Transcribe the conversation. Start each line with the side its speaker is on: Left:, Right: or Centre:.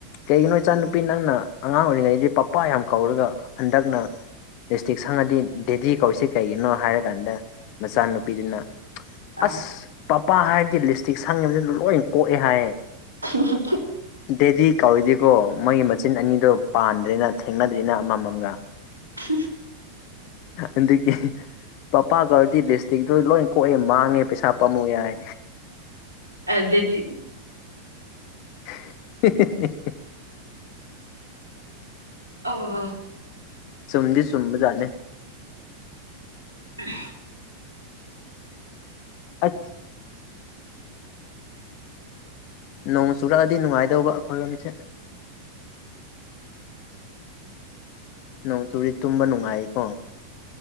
Left: ꯀꯩꯒꯤꯅꯣ ꯏꯆꯥꯅꯨꯄꯤ
Right: ꯎꯝ
Left: ꯅꯪꯅ ꯑꯉꯥꯡ ꯑꯣꯏꯔꯤꯉꯩꯗꯤ ꯄꯞꯄꯥ ꯌꯥꯝ ꯀꯧꯔꯒ ꯍꯟꯗꯛꯅ ꯂꯤꯞꯁꯇꯤꯛ ꯁꯪꯉꯗꯤ ꯗꯦꯗꯤ ꯀꯧꯏꯁꯤ ꯀꯩꯒꯤꯅꯣ ꯍꯥꯏꯔꯀꯥꯟꯗ ꯃꯆꯥꯅꯨꯄꯤꯗꯨꯅ
Right: ꯑꯥ
Left: ꯑꯁ ꯄꯄꯥ ꯍꯥꯏꯔꯗꯤ ꯂꯤꯁꯇꯤꯛ ꯁꯪꯉꯤꯕꯗꯨ ꯂꯣꯏ ꯀꯣꯛꯑꯦ ꯍꯥꯏꯌꯦ
Right: <unintelligible>
Left: ꯗꯦꯗꯤ ꯀꯧꯔꯤꯗꯤꯀꯣ ꯃꯒꯤ ꯃꯆꯤꯟ ꯑꯅꯤꯗꯣ ꯄꯥꯟꯗ꯭ꯔꯦꯅ ꯊꯦꯡꯅꯗ꯭ꯔꯦꯅ ꯑꯃꯃꯝꯒ
Right: <unintelligible>
Left: ꯑꯗꯨꯒꯤ ꯄꯄꯥ ꯀꯧꯔꯗꯤ ꯂꯤꯁꯇꯤꯛꯇꯣ ꯂꯣꯏ ꯀꯣꯛꯑꯦ ꯃꯥꯡꯉꯦ ꯄꯩꯁꯥ ꯄꯥꯝꯃꯨ ꯍꯥꯏ
Right: ꯑꯗꯗꯤ
Left: <unintelligible>
Right: ꯑꯣ
Left: ꯆꯨꯝꯗꯤ ꯆꯨꯝꯕꯖꯠꯅꯦ
Right: <unintelligible>
Left: ꯑꯠ ꯅꯣꯡ ꯆꯨꯔꯛꯑꯗꯤ ꯅꯨꯡꯉꯥꯏꯗꯧꯕ ꯑꯈꯣꯏꯔꯣꯝꯁꯦ ꯅꯣꯡ ꯆꯨꯔꯤ ꯇꯨꯝꯕ ꯅꯨꯡꯉꯥꯏꯀꯣ